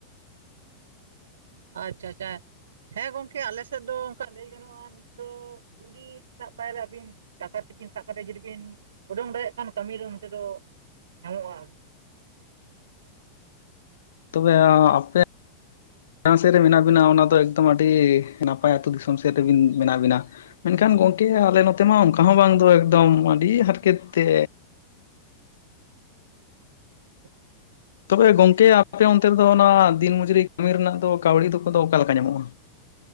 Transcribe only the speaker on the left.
ᱛᱚᱵᱮ ᱟᱯᱮ ᱡᱟᱸᱦᱟ ᱥᱮᱫ ᱨᱮ ᱢᱮᱱᱟᱜ ᱵᱤᱱᱟ ᱚᱱᱟ ᱫᱚ ᱮᱠᱫᱚᱢ ᱟᱹᱰᱤ ᱱᱟᱯᱟᱭ ᱟᱹᱛᱩ ᱫᱤᱥᱚᱢ ᱥᱮᱫ ᱨᱮᱵᱤᱱ ᱢᱮᱱᱟᱜ ᱵᱤᱱᱟ᱾ ᱢᱮᱱᱠᱷᱟᱱ ᱜᱚᱝᱠᱮ ᱟᱞᱮ ᱱᱚᱛᱮ ᱢᱟ ᱚᱱᱠᱟ ᱦᱚᱸ ᱵᱟᱝ ᱫᱚ ᱮᱠᱫᱚᱢ ᱟᱹᱰᱤ ᱦᱟᱨᱠᱮᱛ ᱛᱮ
ᱛᱚᱵᱮ ᱜᱚᱝᱠᱮ ᱟᱯᱮ ᱚᱱᱛᱮᱫᱚ ᱚᱱᱟ ᱫᱤᱱ ᱢᱚᱡᱩᱨᱤ ᱠᱟᱹᱢᱤ ᱨᱮᱱᱟᱜ ᱫᱚ ᱠᱟᱹᱣᱰᱤ ᱫᱚᱠᱚ ᱫᱚ ᱚᱠᱟᱮ ᱞᱮᱠᱟ ᱧᱟᱢᱚᱜᱼᱟ?